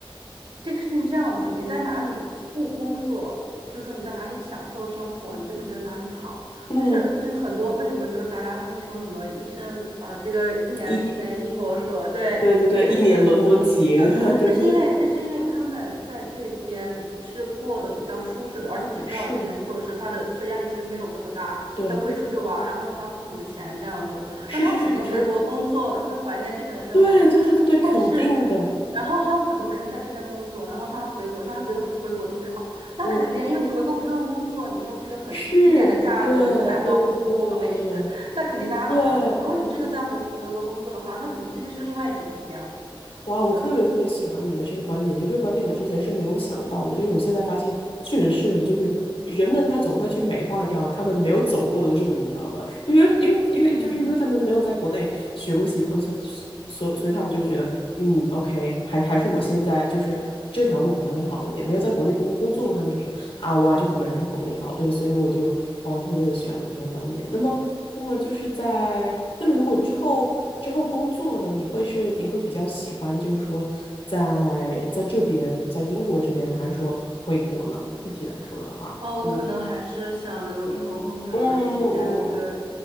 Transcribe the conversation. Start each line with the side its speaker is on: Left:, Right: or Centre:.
Right: 这个事情这样子，你在哪里不工作，就是说你在哪里享受生活，你就会觉得哪里好。
Left: 嗯，
Right: 就是就是很多为什么就是大家会说什么一生呃这个一年一年英国硕，
Left: 一，
Right: 对，
Left: 对对对，
Right: 一生英伦情，
Left: 一年伦敦情，
Right: 对，
Left: <laughs> 对对对，
Right: 那是因为那是因为他们在这边是过得比较舒适的，而且你也知道，
Left: 是，
Right: 一伦硕士他的学业压力其实没有那么大。
Left: 对，
Right: 他会出去玩，然后花父母的钱这样子。
Left: 是是是是，
Right: 那他肯定回国工作了，他会怀念这边的生活。
Left: 对对对对对，肯定的，
Right: 但是，然后还有很多人在这边工作，然后他回国，他还觉得回国特别好。那肯定，
Left: 嗯，
Right: 因为你回国不用工作，你用这个很低廉的价格去买到服务和美食，
Left: 是，对对对对对对对对
Right: 那肯定大家都想回国。
Left: 对，
Right: 如果你真的在回国回国工作的话，那肯定那就是另外一种体验了。
Left: 哇，我特别特别喜欢你的这个观点，
Right: 对，
Left: 就这个观点我之前是没有想到的，就是我现在发现确实是的，就是人们他总会去美化掉他们没有走过的路，你知道吗？因为因为因为就是因为他们没有在国内学过习透，
Right: 嗯
Left: 所以所所以他们就觉得，嗯，OK，还还是我现在就是这条路可能会好一点。没有在国内工工作过，他们就说啊，哇，就可能还是国内好。对，所以我就哇，我特别特别喜欢你这个观点。那么，那么就是在那么如果之后之后工作呢，
Right: 嗯，
Left: 你会是你会比较喜欢，就是说在在这边在英国这边，还是说回国呢？具体来说的话，
Right: 哦，我可能还是想留英国工作一段时间。
Left: 嗯嗯嗯
Right: 对，